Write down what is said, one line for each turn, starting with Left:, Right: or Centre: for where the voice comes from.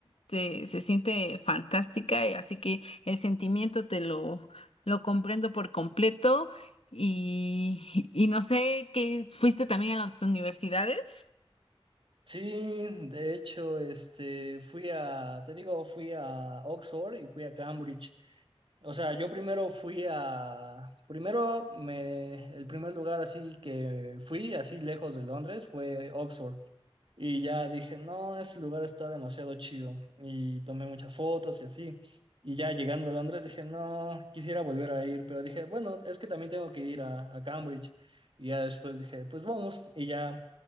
Left: te- se siente fantástica, eh, así que el sentimiento te lo, lo comprendo por completo y, y no sé, ¿qué fuiste también a las universidades?
Right: Sí, de hecho, este, fui a, te digo, fui a Oxford y fui a Cambridge. O sea, yo primero fui a, primero me, el primer lugar así que fui, así lejos de Londres, fue Oxford. Y ya dije, no, ese lugar está demasiado chido. Y tomé muchas fotos y así. Y ya llegando a Londres dije, no, quisiera volver a ir, pero dije, bueno, es que también tengo que ir a, a Cambridge. Y ya después dije, pues vamos. Y ya